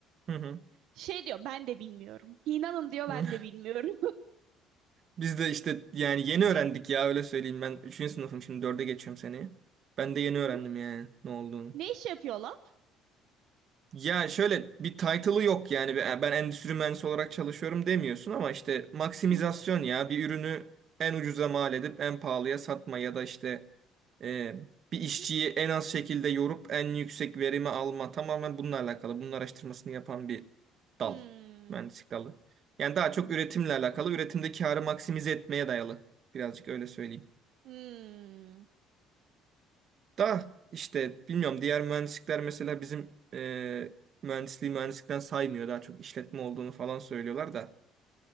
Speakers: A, on the right; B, on the right.
A: Hı hı.
B: Şey diyor ben de bilmiyorum. İnanın diyor
A: <laughs>
B: ben de bilmiyorum.
A: Biz de işte yani yeni öğrendik ya öyle söyleyeyim. Ben üçüncü sınıfım şimdi 4'e geçiyorum seneye. Ben de yeni
B: <laughs> Hı
A: öğrendim
B: hı.
A: yani ne olduğunu.
B: Ne iş yapıyor lan?
A: Ya şöyle bir title'ı yok yani ben endüstri mühendisi olarak çalışıyorum demiyorsun ama işte maksimizasyon
B: Hı hı,
A: ya bir ürünü en ucuza mal edip en pahalıya satma ya da işte ee, bir
B: hı
A: işçiyi
B: hı.
A: en az şekilde yorup en yüksek verimi alma tamamen bununla alakalı. Bunun araştırmasını yapan bir dal.
B: Hmm.
A: Mühendislik dalı. Yani daha çok üretimle alakalı. Üretimde karı maksimize etmeye dayalı. Birazcık öyle söyleyeyim.
B: Hmm.
A: Da işte bilmiyorum diğer mühendislikler mesela bizim e, mühendisliği mühendislikten saymıyor. Daha çok işletme olduğunu falan söylüyorlar da